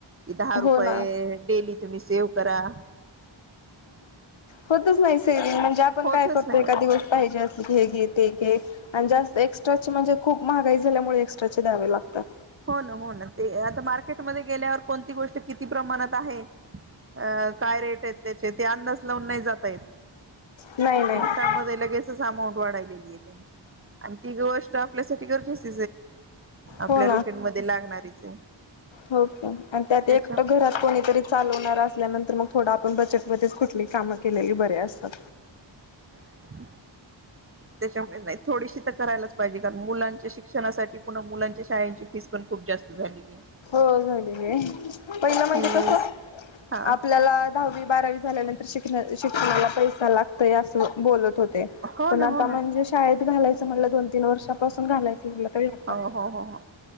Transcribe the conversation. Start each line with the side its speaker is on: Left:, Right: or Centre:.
Right: क दहा रुपये
Left: हो ना
Right: डेली तुम्ही सेव रा.
Left: होतच नाही सैरी म्हणजे आपण
Right: होतच
Left: काय करतो
Right: नाही.
Left: एखा दिवस पाहिजे अस हे घे ते घे आणि जास्त एक्स्ट्राचे म्हणजे खूप महागाई झाल्यामुळे एक्स्ट्राचे द्यावे लागतात
Right: हो ना हो ना ते आता मार्केटमध्ये गेल्यावर कोणती गोष्ट किती प्रमाणात आहे अ काय रेट आहेत त्याचे ते अंदाज लावून नाही जातय
Left: नाही नाही
Right: मिनटामध्ये लगेच अंट वाढलेली आहे त्यांची आणि ती गोष्ट आपल्यासाठी गरजच आपल्या
Left: हो
Right: रुटीन मध्ये लागणारीच आहे
Left: होके आणि त्यात
Right: त्याच्या
Left: एकट घरात कोणीतरी चालवणार ल्यानंतर मग थोड आपण बचतमध्येध्ये कुठली कामं केलेली बरे असतात
Right: हम त्याच्यामुळे थोडीशी तर करायलाच पाहिजे कारण मुलांच्या शिक्षणासाठी पुन्हा मुलांच्या शाळेची फीस पण खूप जास्त झालेली
Left: हो झाडी पहिलं म्हणजे
Right: फीस
Left: कसं
Right: हा
Left: आपल्याला दहावी बारावी झाल्यानंतर शिक शिकण्याला पै लागतय अस बोलत होते
Right: हो
Left: पण
Right: ना
Left: आता
Right: हो
Left: म्हणजे
Right: ना
Left: शाळेत घालाचं म्हट दो तीन वर्षापून घालायचं म्हटलं तरी लागतं.
Right: हो हो हो हो